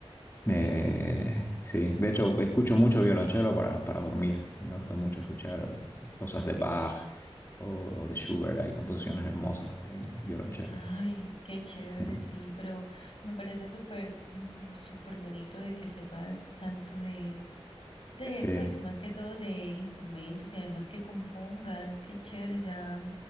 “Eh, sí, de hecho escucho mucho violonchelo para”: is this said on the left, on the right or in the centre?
Left